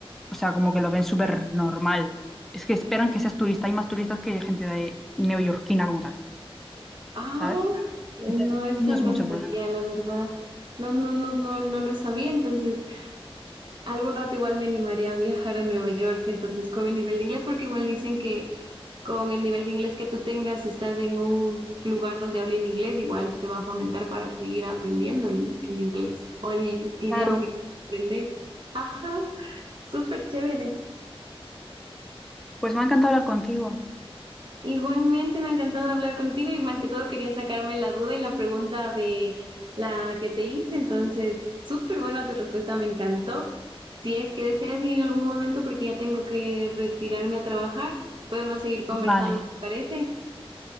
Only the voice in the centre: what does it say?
o sea, como que lo ven súper normal. Es que esperan que seas turista. Hay más turistas que gente de neoyorquina como tal,
¿sabes?
Entonces,
no es
mucho
problema.
Claro.
Pues me ha encantado hablar contigo.
Vale.